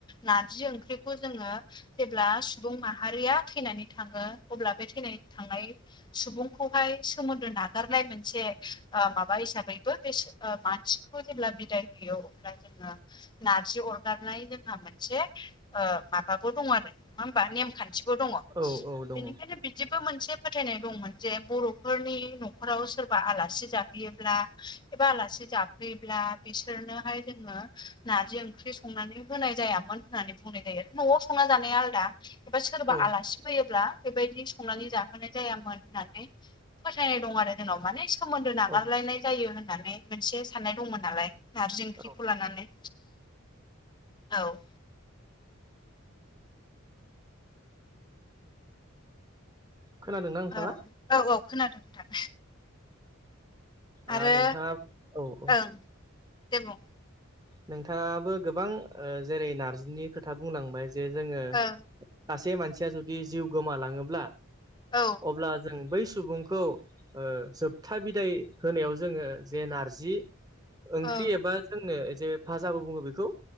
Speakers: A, on the left (about 20°); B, on the right (about 20°).
A: नारजि ओंख्रिखौ जोङो जेब्ला सुबुं माहारिया थैनानै थाङो अब्ला बे थैनानै थांनाय सुबुंखौहाय सोमोन्दो नागारनाय मोनसे ओ माबा हिसाबैबो बेसो ओ मानसिखौ जेब्ला बिदाय होयो अब्ला जोङो नारजि अरगारनाय जोंहा मोनसे ओ माबाबो दङ आरो नङा होमबा नेमखान्थि बो दङ
B: औ औ औ दङ
A: बेनिखायनो जेबो मोनसे फोथायनाय दंमोन जे बरफोरनि नखराव सोरबा आलासि जाफैयोब्ला एबा आलासि जाफैयोब्ला बिसोरनोहाय जोङो नारजि ओंख्रि संनानै होनाय जायामोन होननानै बुंनाय जायो आरो नआव संना जानाया आलदा। एबा सोरबा
B: औ
A: आलासि फैयोब्ला बेबायदि संनानै जाहोनाय जायामोन होननानै फोथायनाय दं आरो जोंनाव माने सोमोन्दो नागारलायनाय
B: औ
A: जायो होननानै मोनसे साननाय दंमोन नालाय नारजि ओंख्रिखौ
B: औ
A: लानानै औ
B: खोनादों ना नोंथाङा?
A: औ औ औ खोनादों नोंथां। आरो
B: ओ नोंथाङा औ औ
A: ओं दे बुं?
B: नोंथाङाबो गोबां ओ जेरै नारजिनि खोथा बुंलांबाय जे जोङो
A: ओं
B: सासे मानसिया जुदि जिउ गोमालाङोब्ला
A: औ
B: अब्ला जों बै सुबुंखौ ओ जोबथा बिदाय होनायाव जोङो जे नारजि ओंख्रि
A: ओं
B: एबा जोंनो जे भाजाबो बुङो बेखौ।